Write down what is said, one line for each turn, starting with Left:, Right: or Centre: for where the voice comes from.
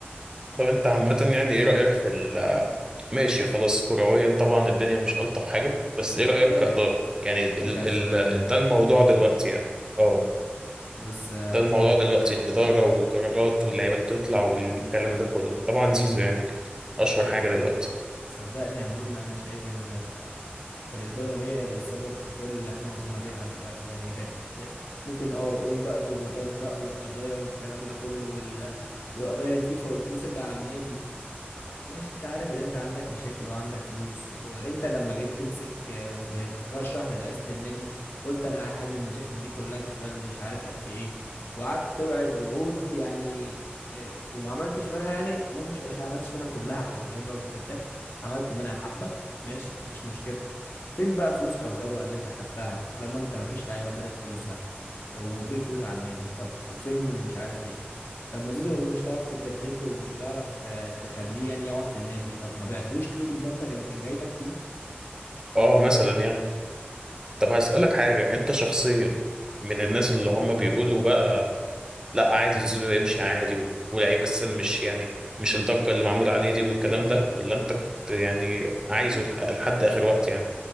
Right: طب انت عامة يعني ايه رأيك في ال ماشي خلاص كرويا طبعا الدنيا مش ألطف حاجة بس
Left: الزمالك
Right: ايه رأيك كإدارة يعني ال
Left: بشجع الزمالك
Right: ال ده الموضوع دلوقتي يعني اه
Left: بص آه،
Right: ده الموضوع
Left: صد...
Right: دلوقتي الإدارة
Left: صد...
Right: والقرارات واللعيبة اللي بتطلع والكلام ده كله طبعا زيزو يعني أشهر حاجة دلوقتي
Left: صدقني يا منى انا شايف ان ال... الاداره هي اللي السبب في كل اللي احنا وصلنا فيه لحد دلوقتي ده هي كانت ممكن اه يقول بقى الضغوطات بقى والقضايا والكلام ده كله وال... والقضايا الفيفا والفلوس اللي على النادي ماشي انت عارف ان انت عندك مشاكل وعندك فلوس وانت لما جيت تمسك آه، وتترشح لرئاسة النادي قلت انا هحل المشاكل دي كلها في خلال مش عارف قد ايه وقعدت توعد وعود يعني آه، وما عملتش منها يعني ممكن مش مش عملتش منها كلها عشان ما ابقاش برضه كداب عملت منها حبة ماشي مفيش مشكلة فين بقى فلوس كهربا اللي انت خدتها طالما انت مفيش لعيبة خدت فلوسها وفي فلوس على النادي طب فين مش عارف ايه طب ما زيزو مش هتعرف تجدد له ومش هتعرف آه، تخليه يعني يقعد في النادي طب ما بعتهوش ليه بالمبلغ اللي كان جاي لك فيه
Right: اه مثلا يعني طب هسألك حاجة انت شخصيا من الناس اللي هم بيقولوا بقى لا عادي زيزو يمشي عادي و- ولعيب اساسا مش يعني مش الضجه اللي معمول عليه دي والكلام ده ولا انت كنت يعني عايزه
Left: ب-
Right: لح- لحد اخر وقت يعني